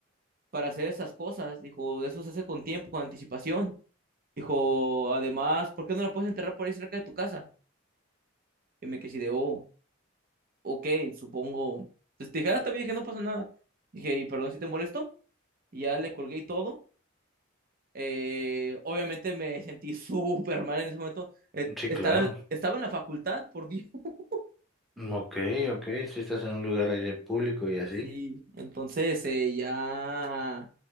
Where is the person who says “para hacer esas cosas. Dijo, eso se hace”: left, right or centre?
Right